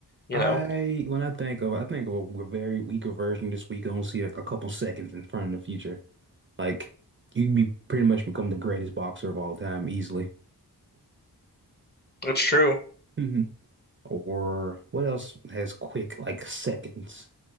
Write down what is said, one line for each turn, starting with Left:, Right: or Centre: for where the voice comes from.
Left: you
Right: I
Left: know
Right: when I think of I think of a, very weaker version this week. I only see like a couple seconds in front of the future. Like you can be pretty much become the greatest boxer of all time easily.
Left: that's true
Right: hmm Or what else has quick like seconds?